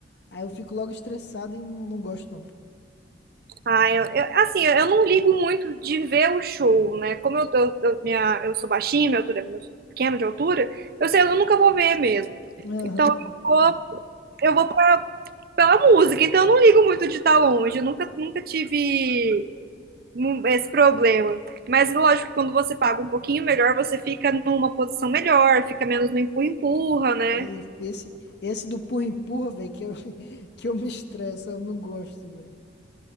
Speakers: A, on the left; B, on the right.
A: Aí eu fico logo estressado e não, não gosto, não.
B: Ah, eu, eu- assim, eu não ligo muito de ver o show, né? Como eu, eu, eu- minha, eu sou baixinha, minha altura, eu sou pequena de altura, eu sei, eu nunca vou ver mesmo.
A: Aham.
B: Então, eu vou, eu vou pela música, então eu não ligo muito de estar longe, eu nunca, nunca tive um- esse problema. Mas lógico que quando você paga um pouquinho melhor, você fica numa posição melhor, fica menos no empurra-empurra, né?
A: E esse, esse do empurra-empurra, velho, que eu, <laughs> que eu me estresso, eu não gosto, velho.